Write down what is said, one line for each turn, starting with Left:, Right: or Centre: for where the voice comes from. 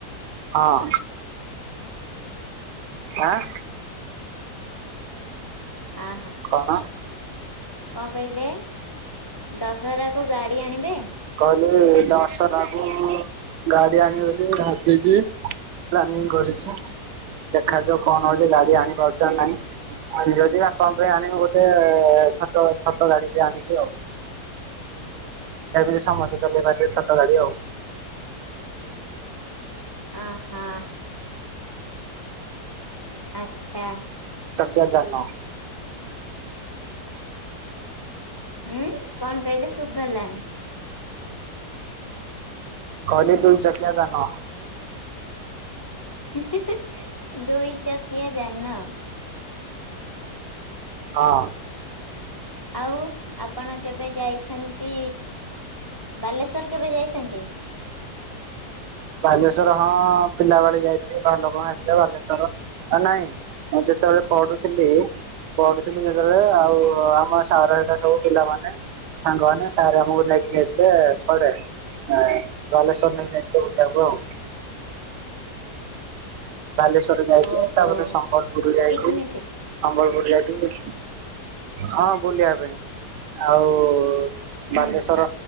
Right: ହଁ ଆଁ?
Left: ଓହୋ।
Right: କଣ?
Left: କଣ କହିଲେ ଦଶହରାକୁ ଗାଡ଼ି ଆଣିବେ?
Right: କହିଲେ ଦଶହରାକୁ ଗାଡ଼ି ଆଣିବେ ବୋଲି ଭାବିଚି। ପ୍ଲାନିଂ କରିଚି ଦେଖାଯାଉ କଣ ହଉଚି ଗାଡ଼ି ଆଣିପାରୁଚିନା ନାହିଁ। ଆଣିମି ଯଦି ବାପାଙ୍କ ପାଇଁ ଆଣିବି ଗୋଟେ ଛଟ ଛୋଟ ଗାଡ଼ିଟେ ଆଣିବି ଆଉ। ଯେମିତି ସମସ୍ତେ ଚଲେଇ ପାରିବେ ଛୋଟ ଗାଡ଼ି ଆଉ।
Left: ଅଁହଁ। ଆଚ୍ଛା।
Right: ଚକିଆ ଜାନ
Left: <inaudible> ଉଁ କଣ କହିଲେ ଶୁଭିଲାନି।
Right: କହିଲି ଦୁଇଚକିଆ ଯାନ।
Left: ହୁ ହୁ ଦୁଇ ଚକିଆ ଜାନ।
Right: ହଁ।
Left: ଆଉ ଆପଣ କେବେ ଯାଇଛନ୍ତି? ବାଲେଶ୍ଵର କେବେ ଯାଇଚନ୍ତି?
Right: ବାଲେଶ୍ଵର ହଁ ପିଲା ବେଳେ ଯାଇଥିଲି ବାଲୋକଣ ହେଇଥିଲା ବାଲେଶ୍ଵର ଆ ନାଇଁ। ମୁଁ ଯେତେବେଳେ ପଢୁଥିଲି ପଢୁଥିଲି ଯେତେବେଳେ ଆଉ
Left: ଆଁ
Right: ଆମ ସାର୍ ହେଲା ସବୁ ପିଲାମାନେ ସାଙ୍ଗମାନେ ସାର୍ ଆମକୁ ନେଇକି ଯାଇଥିଲେ ଥରେ। ଅଁ ବାଲେଶ୍ୱର ନେଇକି ଯାଇଥିଲେ ବୁଲିବାକୁ ଆଉ। ବାଲେଶ୍ଵର ଯାଇଚି
Left: ଓହୋ
Right: ତାପରେ ସମ୍ବଲପୁର ଯାଇଚି।
Left: ପିକନିକ
Right: ସମ୍ବଲପୁର ଯାଇଥିଲି ହଁ ବୁଲିବା ପାଇଁ। ଆଉ
Left: ହୁଁ
Right: ବାଲେଶ୍ଵର
Left: ଆ